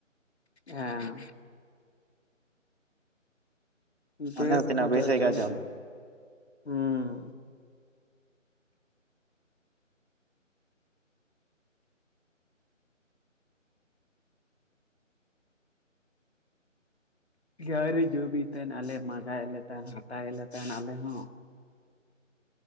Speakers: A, on the left; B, on the right.
A: ᱦᱮᱸ ᱰᱨᱮᱥ
B: ᱚᱱᱮ ᱫᱚ ᱛᱤᱱᱟᱹᱜ
A: ᱵ
B: ᱵᱮᱥ
A: ᱡᱟᱨ
B: ᱟᱹᱭᱠᱟᱹᱜᱼᱟ
A: ᱡᱚᱝᱥᱩ
B: ᱡᱚᱢ
A: ᱦᱩᱸ ᱜᱣᱨᱤ ᱡᱵᱤᱭ ᱛᱟᱦᱮᱸᱱ ᱟᱞᱮ ᱢᱟᱸᱜᱟᱭᱮᱫ ᱞᱮ ᱛᱟᱦᱮᱸᱱ ᱦᱟᱛᱟᱣᱮᱫ ᱞᱮᱮ ᱛᱟᱦᱮᱸᱱ ᱟᱞᱮ ᱦᱚᱸ